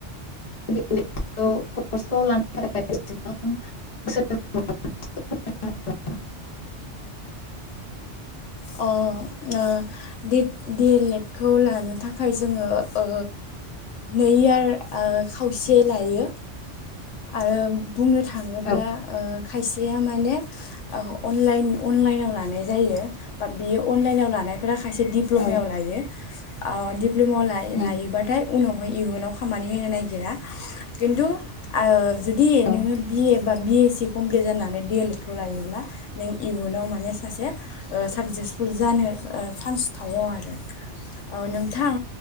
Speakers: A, on the left (about 35°); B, on the left (about 85°).
A: <unintelligible>
B: अ ओ डि एल एड खौ लानो थाखाय जोङो ओ नै यार ओ खावसे लायो आरो बुंनो थाङोब्ला
A: औ
B: ओ खायसेया माने अनलाइन अनलाइनाव लानाय जायो बा बियो अनलाइनाव लानाय फोरा खायसे दिप्ल'मायाव
A: औ
B: लायो ओ दि प्लमाव
A: उम
B: लायोबाथाय उनावहाय इयुनाव खामानि होनो नागिरा खिनथु ओ जुदि
A: औ
B: नोङो बि ए बा बिएस सि कमप्लिट जानानै डि एलड खौ लायोब्ला नों इयुनाव माने सासे ओ साक्सेसफुल जानो ओ सान्स थायो आरो ओ नोंथां